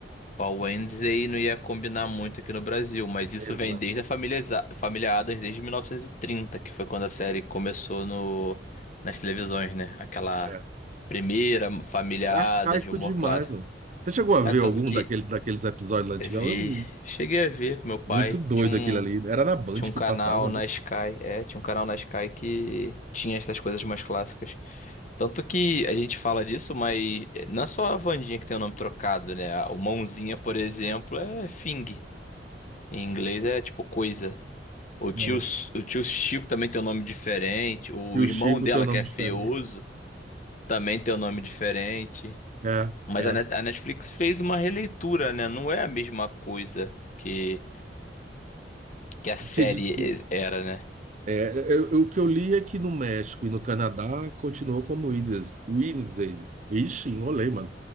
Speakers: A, on the left; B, on the right.
A: A Wednesday não ia combinar muito aqui no Brasil, mas isso
B: Exatamente.
A: vem desde a família, Isa- família Addams, desde 1930, que foi quando a série começou no, nas televisões, né? Aquela
B: É.
A: primeira família
B: Era arcaico
A: Addams de humor
B: demais,
A: clássico.
B: mano. Você chegou a
A: É,
B: ver
A: tanto
B: algum
A: que
B: daquele, daqueles episódios lá antigão?
A: eu vi,
B: Eu vi.
A: cheguei a ver com meu pai,
B: Muito doido
A: tinha um,
B: aquele ali. Era na Band
A: tinha um canal
B: que passava,
A: na
B: né?
A: Sky, é, tinha um canal na Sky que tinha essas coisas mais clássicas. Tanto que a gente fala disso, mas eh, não é só a Wandinha que tem o nome trocado, né? O Mãozinha, por exemplo, é Fing. Em inglês é tipo coisa. O tio,
B: É.
A: o tio Chico também tem um nome diferente. O
B: E o
A: irmão
B: Chico
A: dela,
B: tem um nome
A: que é
B: diferente.
A: Feoso, também tem um nome diferente.
B: É,
A: Mas
B: é.
A: a Net- a Netflix fez uma releitura, né? Não é a mesma coisa que, que a
B: Porque
A: série
B: disse,
A: e- era, né?
B: é, eu- eu- o que eu li é que no México e no Canadá continuou como Wednes- Wednesday. Ixi, enrolei, mano.